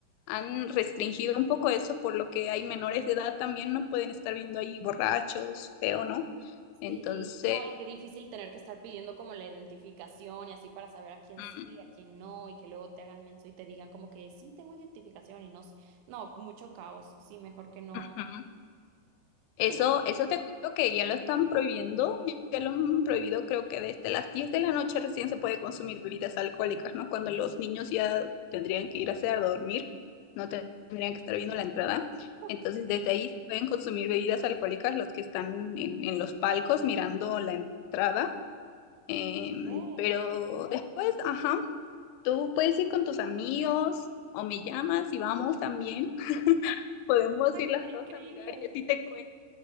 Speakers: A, on the left (about 90°); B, on the right (about 85°).
A: han restringido un poco eso, por lo que hay menores de edad también no pueden estar viendo ahí borrachos, feo, ¿no? Entonces,
B: Sí, no, y qué difícil tener que estar pidiendo como la identificación y así para saber a quién
A: mm,
B: sí, a quién no, y que luego te hagan menso y te digan como que sí tengo identificación y no sé. No, mucho caos. Sí, mejor que no.
A: ujú. Eso,
B: Que lo-
A: eso te cuento que ya lo están prohibiendo, ya lo han prohibido creo que desde las 10 de la noche recién se puede consumir bebidas alcohólicas, ¿no? Cuando los niños ya tendrían que ir a hacer a dormir, no te- tendrían que estar viendo la entrada.
B: <laughs>
A: Entonces desde ahí sí pueden consumir bebidas alcohólicas los que están en, en los palcos mirando la entrada, em,
B: Ey,
A: pero después, ajá, tú puedes ir con tus amigos o me llamas y vamos también. <laughs> Podemos
B: no, está
A: ir las dos
B: increíble.
A: a mirar y así te cuento